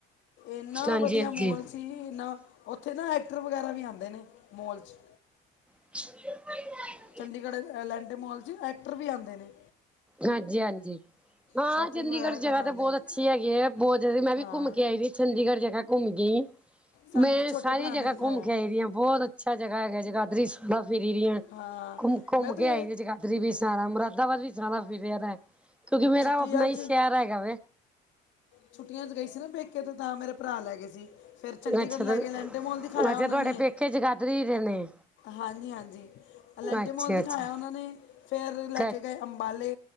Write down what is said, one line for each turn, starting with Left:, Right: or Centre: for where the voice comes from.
Left: ਇਨਾ
Centre: ਹਾਂਜੀ
Left: ਵਧੀਆ
Centre: ਹਾਂਜੀ
Left: ਮੋਲ ਸੀ ਇਨਾ। ਉੱਥੇ ਨਾ ਐਕਟਰ ਵਗੈਰਾ ਵੀ ਆਉਂਦੇ ਨੇ ਮੋਲ 'ਚ,
Centre: <unintelligible>
Left: ਚੰਡੀਗੜ ਅਲੇਂਟੇ ਮੋਲ 'ਚ ਐਕਟਰ ਵੀ ਆਉਂਦੇ ਨੇ।
Centre: ਹਾਂਜੀ- ਹਾਂਜੀ। ਹਾਂ
Left: ਸ਼ਾਪਿੰਗ
Centre: ਚੰਡੀਗੜ
Left: ਵਗੈਰਾ
Centre: ਜਗਾ
Left: ਕਰਨ ਆਉਂਦੇ
Centre: ਤਾਂ ਬਹੁਤ
Left: ਨੇ
Centre: ਅੱਛੀ ਹੈਗੀ ਹੈ ਬਹੁਤ ਜ਼ਿਆਦਾ ਮੈਂ ਵੀ
Left: ਹਾਂ
Centre: ਘੁੰਮ ਕੇ ਆਈ ਵੀ ਚੰਡੀਗੜ ਜਗਾ। ਘੁੰਮਗੀ
Left: ਸਾਨੂੰ
Centre: ਮੈਂ
Left: ਤਾਂ ਛੋਟੇ
Centre: ਸਾਰੀ
Left: ਭਰਾ
Centre: ਜਗਾ
Left: ਨੇ ਦਿਖਾਇਆ
Centre: ਘੁੰਮ ਕੇ ਆਈ ਵੀ ਆ ਹਾਂ ਬੋਤ ਅੱਛਾ ਜਗਾਾ ਹੈਗਾ ਜਗਾਦਰੀ ਸੈ ਫਿਰੀ ਦੀਆਂ
Left: ਹਾਂ
Centre: ਘੁੰਮ- ਘੁੰਮ
Left: ਮੈਂ ਤੇ
Centre: ਕੇ ਆਈ ਵੀ ਆ ਜਗਾ। ਰੀ ਵੀ ਸਾਰਾ ਮੁਰਾਦਾਬਾਦ ਵੀ ਸਾਰਾ ਫੀਰੇਆ ਪੇਆ ਹੈ, ਕਿਉਂਕਿ ਮੇਰਾ
Left: ਛੁੱਟੀਆਂ
Centre: ਉਹ ਆਪਣਾ ਹੀ
Left: 'ਚ
Centre: ਸ਼ਹਿਰ ਹੈਗਾ ਵੇ।
Left: ਛੁੱਟੀਆਂ ਚ ਗਈ ਸੀ ਨਾ ਪੇਕੇ ਤੇ ਤਾਂ ਮੇਰੇ ਭਰਾ ਲੈ ਗਏ ਸੀ। ਫੇਰ ਚੰਡੀਗੜ
Centre: ਅੱਛਾ
Left: ਲੈ ਗੇ ਅਲੈਂਟੇ ਮੋਲ ਦਿਖਾਇਆ
Centre: ਅੱਛਾ
Left: ਉਹਨਾਂ
Centre: ਤੁਹਾਡੇ
Left: ਨੇ।
Centre: ਪੇਕੇ ਜਗਾਦਰੀ ਦੇ ਨੇ
Left: ਹਾਂਜੀ- ਹਾਂਜੀ ਅਲੈਂਟਮ
Centre: ਅੱਛਾ
Left: ਮੋਲ ਦਿਖਾਇਆ
Centre: ਅੱਛਾ
Left: ਉਹਨਾਂ ਨੇ ਫੇਰ ਲੈ
Centre: ਕ
Left: ਕੇ ਗਏ। ਅੰਬਾਲੇ